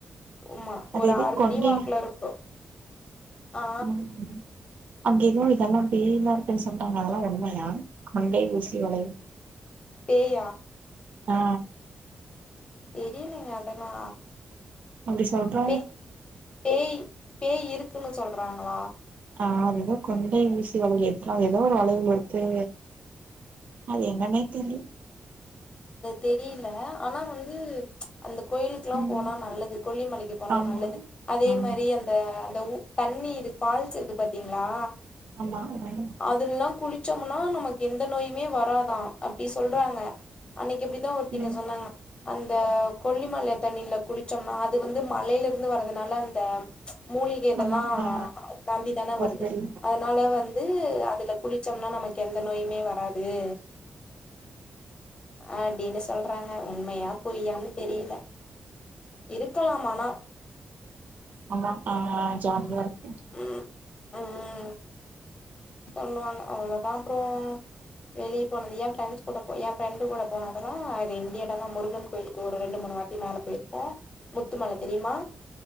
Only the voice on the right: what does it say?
அது
எதயு
கொண்டி
<unintelligible>
ம் ம் அங்க எதுவு இதெல்லா பேய்லா இருக்குன் சொன்னாங்க அதலா உண்மையா கொண்டை ஊசி வளைவு
ஆ
அப்டி சொல்றா
ஆ அது எதோ கொண்டை ஊசி வளைவுல எத்துனா எதோ ஒரு வளைவுல இருக்கு அது என்னன்னே தெரில்
ம்
ஆமா
ஆ
<unintelligible>
ம்
ஆமா ஆ
ஒரு
ஆமாம் ஆ ஜாலியாருக்